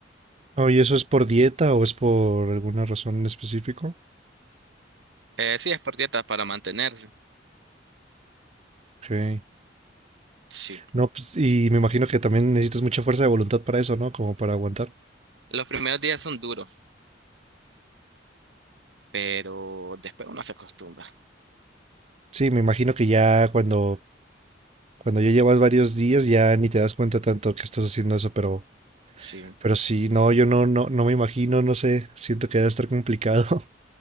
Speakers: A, on the right; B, on the right.
A: Oh, ¿y eso es por dieta o es por alguna razón en específico?
B: Eh, sí, es por dietas para mantenerse.
A: Ok.
B: Sí.
A: No, pues, y me imagino que también necesitas mucha fuerza de voluntad para eso, ¿no? Como para aguantar.
B: Los primeros días son duros, pero después uno se acostumbra.
A: Sí, me imagino que ya cuando, cuando ya llevas varios días ya ni te das cuenta tanto que estás haciendo eso, pero,
B: Sí.
A: pero sí, no, yo no, no, no me imagino, no sé, siento que debe estar complicado. <laughs>